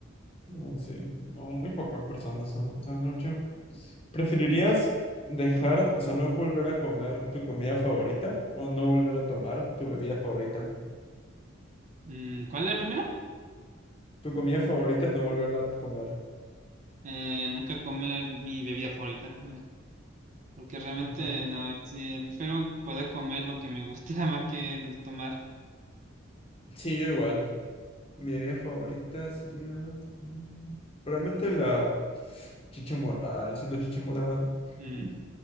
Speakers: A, on the left; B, on the right.
A: No, sí. No, muy pocas personas son las personas de noche. ¿Preferirías dejar, o sea, no volver a comer tu comida favorita o no volver a tomar tu bebida favorita?
B: mm, ¿Cuál es la primera?
A: Tu comida favorita, no volverla a comer.
B: Eh, nunca comer mi bebida favorita, eh, porque realmente
A: Nunca.
B: no, sí, prefiero poder comer lo que me gusta <laughs> más que tomar.
A: Sí, yo igual. Mi bebida favorita sería. mm, Probablemente la chicha morada. Lo siento, chicha morada.
B: Mm,
A: <laughs>
B: a